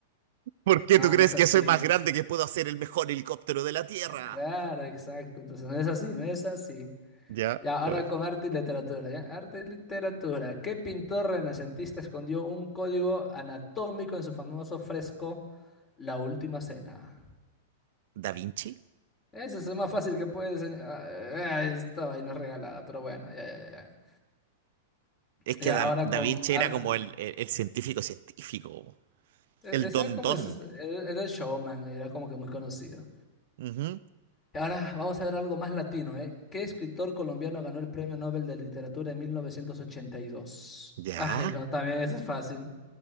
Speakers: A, on the right; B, on the left.
A: ¿Por qué
B: No,
A: tú crees
B: no es así.
A: que soy más grande que puedo hacer el mejor helicóptero de la Tierra?
B: Claro, exacto. Entonces no es así, no es así.
A: Ya,
B: Ya, ahora
A: oye.
B: con arte y literatura, ¿ya? Arte y literatura. ¿Qué pintor renacentista escondió un código anatómico en su famoso fresco La Última Cena?
A: ¿Da Vinci?
B: Ese es el más fácil que puedes... eh, ah, eh, esta vaina es regalada, pero bueno, ya, ya, ya. Ya,
A: Es que
B: Ya,
A: Da,
B: ahora
A: Da
B: con
A: Vinci
B: arte.
A: era como
B: Leo.
A: el, el- el científico científico.
B: E-
A: El
B: Ese
A: don
B: era como...
A: don.
B: es- Era era el showman, era como que muy conocido.
A: Ujú.
B: Y Ahora vamos a ver algo más latino, ¿eh? ¿Qué escritor colombiano ganó el Premio Nobel de Literatura en 1982?
A: Ya.
B: Ay, no, también ese es fácil.